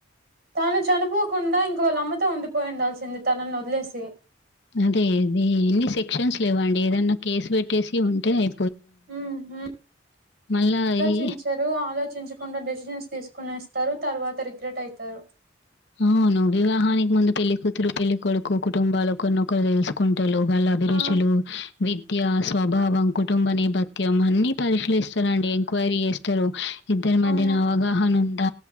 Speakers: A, on the right; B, on the left.
A: తాను చనిపోకుండా ఇంకా వాళ్ళ అమ్మతో ఉండి పోయిండాల్సింది తనని వదిలేసి
B: అదే ఇది ఎన్ని సెక్షన్స్ లేవండి ఏదైన్నా కేసు పెట్టేసి ఉంటే అయి
A: ఉమ్ ఉమ్
B: మళ్ళా
A: ఆలోచించరు
B: ఈ
A: ఆలోచించకుండా డెసిషన్స్ తీసు కొనేస్తారు తర్వాత రిగ్రెట్ అయితారు
B: అవును వివాహానికి ముందు పెళ్ళి కూతురు పెళ్ళి కొడుకు కుటుంబాలు ఒకరినొకరు దెలుసుకుంట వంటలు వాళ్ళ అభిరుచులు
A: ఆ
B: విద్య స్వభావం కుటుంబ నేపథ్యం అన్ని పరిశీలిస్తరండి ఎంక్వైరీ చేస్తరు ఇద్దరి
A: అవును
B: మధ్యన అవగాహన ఉం ట